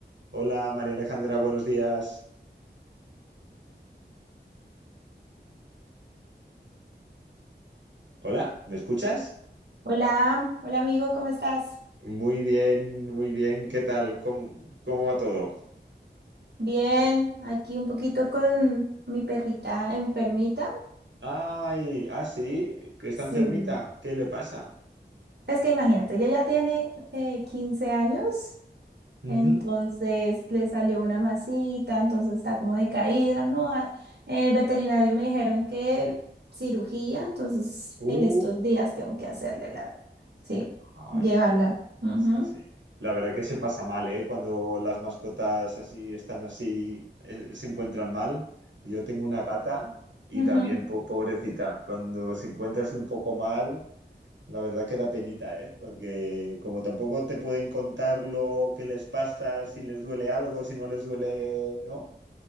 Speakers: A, on the right; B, on the right.
A: Hola María Alejandra, buenos días. Hola, ¿me escuchas?
B: Hola, hola amigo, ¿cómo estás?
A: Muy bien, muy bien. ¿Qué tal? ¿Cómo, cómo va todo?
B: Bien, aquí un poquito con mi perrita enfermita.
A: Ay, ah, sí, que está
B: Sí.
A: enfermita. ¿Qué le pasa?
B: Es que imagínate, ella ya tiene eh, 15 años,
A: Ujú.
B: entonces le salió una masita, entonces está como decaída, ¿no? A- El veterinario me dijeron que cirugía, entonces
A: Uh,
B: en estos días tengo que hacerle la, sí,
A: ay,
B: llevarla. Ujú,
A: sí, sí. La verdad que se pasa mal, ¿eh? Cuando las mascotas así están así, eh, se encuentran mal. Yo tengo una gata y
B: ujú.
A: también, po- pobrecita, cuando se encuentra así un poco mal. La verdad que da penita, ¿eh? Porque como tampoco te pueden contar lo que les pasa, si les duele algo, si no les duele, ¿no?